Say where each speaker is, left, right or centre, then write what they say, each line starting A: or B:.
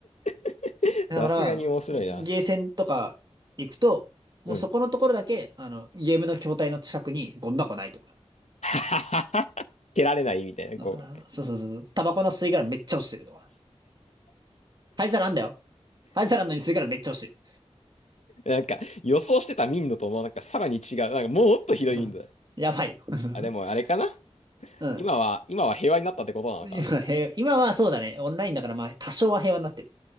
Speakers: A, on the left (about 85°); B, on the right (about 40°).
A: <laughs>
B: だから、
A: さすがに面白いな。
B: ゲーセンとか行くと、もうそこのところだけ、
A: うん。
B: あの、ゲームの筐体の近くにゴミ箱ないとか。
A: <laughs> 蹴られないみたいな、
B: あそうそうそうそう。
A: こ
B: タバコの吸い殻めっちゃ落ちてるとか。灰皿あんだよ。灰皿あんのに吸い殻めっちゃ落ちて
A: う。なんか、予想してた民度とも、なんか、さらに違う。なんか、もっとひどい民度だ。
B: る。<laughs> うんやばいよ。<laughs>
A: あ、でも、あれかな
B: うん。
A: 今は、今は平和になったってことなのかな
B: 今、平和今はそうだね。オンラインだからまあ多少は平和になってる。